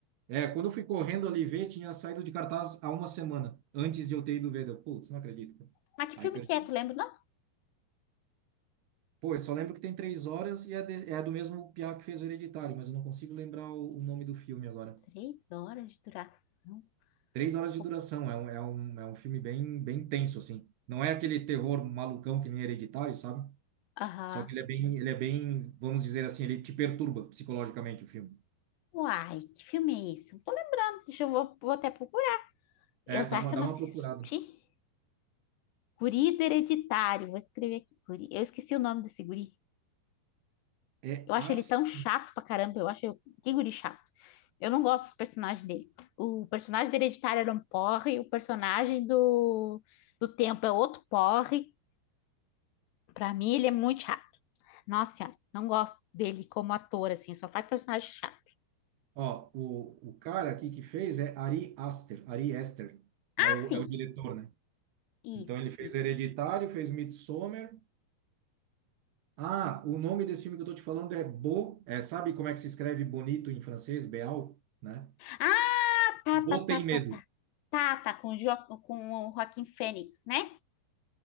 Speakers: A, on the right; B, on the left.
A: é, quando eu fui correndo ali ver, tinha saído de cartaz há uma semana, antes de eu ter ido ver. Eu, Putz, não acredito, cara.
B: Mas que
A: Aí
B: filme
A: perdi.
B: que é? Tu lembra? Não?
A: Pô, eu só lembro que tem três horas e é, de- é do mesmo piá que fez o Hereditário, mas eu não consigo lembrar o, o nome do filme agora.
B: Três horas de duração.
A: Três horas de
B: Co-
A: duração, é um, é um, é um filme bem, bem tenso, assim. Não é aquele terror malucão que nem Hereditário, sabe?
B: Aham.
A: Só que ele é bem, ele é bem, vamos dizer assim, ele te perturba psicologicamente o filme.
B: Uai, que filme é esse? Não tô lembrando. Deixa eu vou, vou até procurar. Eu
A: É,
B: sei
A: dá uma,
B: que
A: dá
B: eu não
A: uma
B: assisti.
A: procurada.
B: Guri do Hereditário. Vou escrever aqui. Guri. Eu esqueci o nome desse guri.
A: É
B: Eu acho
A: As...
B: ele tão chato pra caramba. Eu acho ele- que guri chato. Eu não gosto dos personagens dele. O personagem do Hereditário era um porre. O personagem do, do Tempo é outro porre. Pra mim, ele é muito chato. Nossa senhora, não gosto dele como ator, assim. Só faz personagem chato.
A: Ó, o, o cara aqui que fez é Ari Aster, Ari Aster.
B: Assim,
A: É o, é o diretor, né?
B: isso,
A: Então ele fez
B: isso.
A: Hereditário, fez Midsommar, Ah, o nome desse filme que eu tô te falando é Bo, é, sabe como é que se escreve bonito em francês, Beau, né?
B: Ah, tá,
A: Bo
B: tá, tá,
A: tem
B: tá,
A: medo.
B: tá. Tá, tá, com o, jo com o Joaquin Fênix, né?